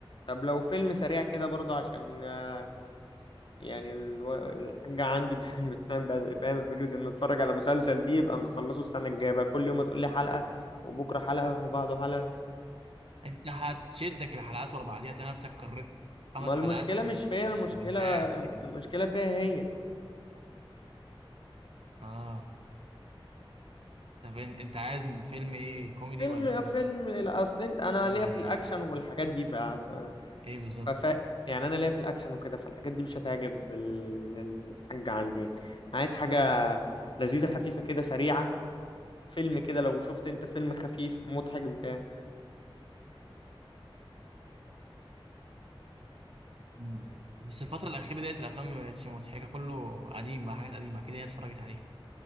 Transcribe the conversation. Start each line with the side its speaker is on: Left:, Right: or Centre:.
Left: طب لو فيلم سريع كده برضه عشان آه، يعني الو- الحاجة عندي <laughs> بتنام بدري فاهم فكرة إن أتفرج على مسلسل دي يبقى نخلصه السنة الجاية بقى كل يوم هتقولي حلقة وبكرة حلقة وبعده حلقة
Right: انت هتشدك الحلقات ورا بعضيها تلاقي نفسك قررت خمس
Left: ما المشكلة
Right: حلقات في,
Left: مش فيا
Right: في
Left: المشكلة
Right: وانت قاعد كده
Left: المشكلة فيها هي
Right: اه طب إن- انت عايز فيلم ايه كوميدي
Left: فيلم
Right: ولا فيلم
Left: فيلم لا، أصل أنت- أنا
Right: ايه
Left: ليا في الأكشن والحاجات دي ف... ف...
Right: بالظبط
Left: فف... يعني انا ليا في الاكشن وكده فالحاجات دي مش هتعجب ال- الحاجة عندي يعني انا عايز حاجة لذيذة خفيفة كده سريعة فيلم كده لو شفت انت فيلم خفيف مضحك بتاع
Right: مم. بس الفترة الأخيرة ديت الأفلام ما بقتش مضحكة كله قديم بقى حاجات قديمة أكيد هي اتفرجت عليها